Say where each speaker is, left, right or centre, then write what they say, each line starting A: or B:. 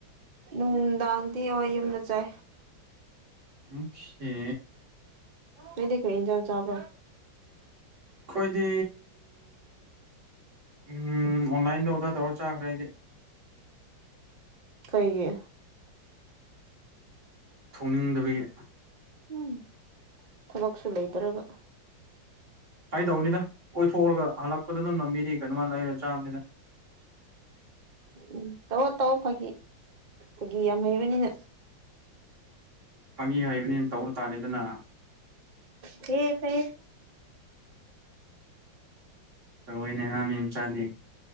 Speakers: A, on the right; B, on the right.
A: ꯅꯨꯡꯗꯥꯡꯗꯤ ꯍꯣꯏ ꯌꯨꯝꯗ ꯆꯥꯏ
B: ꯎꯝꯈꯦ
A: ꯅꯣꯏꯗꯤ ꯀꯔꯤ ꯏꯟꯖꯥꯡ ꯆꯥꯕ꯭ꯔ
B: ꯑꯩꯈꯣꯏꯗꯤ ꯑꯣꯟꯂꯥꯏꯟꯗ ꯑꯣꯗꯔ ꯇꯧꯔ ꯆꯥꯈ꯭ꯔ ꯑꯩꯗꯤ
A: ꯀꯩꯒꯤ
B: ꯊꯣꯡꯅꯤꯡꯗꯕꯒꯤ
A: ꯎꯝ ꯊꯕꯛꯁꯨ ꯂꯩꯇ꯭ꯔꯒ
B: ꯐꯥꯒꯤ ꯇꯧꯅꯤꯗ ꯀꯣꯏꯊꯣꯛꯎꯔꯒ ꯍꯜꯂꯛꯄꯗ ꯑꯗꯨꯝ ꯂꯜꯕꯤꯗꯩ ꯀꯩꯅꯣꯃ ꯂꯩꯔ ꯆꯥꯕꯅꯤꯗ
A: ꯎꯝ ꯇꯧꯑꯣ ꯇꯧꯑꯣ ꯐꯥꯒꯤ ꯐꯒꯤ ꯌꯥꯝ ꯍꯩꯕꯅꯤꯅ
B: ꯐꯥꯒꯤ ꯍꯩꯕꯅꯤꯅ ꯇꯧꯕ ꯇꯥꯔꯦꯗꯅ
A: ꯐꯩꯌꯦ ꯐꯩꯌꯦ
B: ꯇꯧꯋꯦꯅꯦꯍꯥꯥ ꯃꯤ ꯃꯆꯥꯗꯤ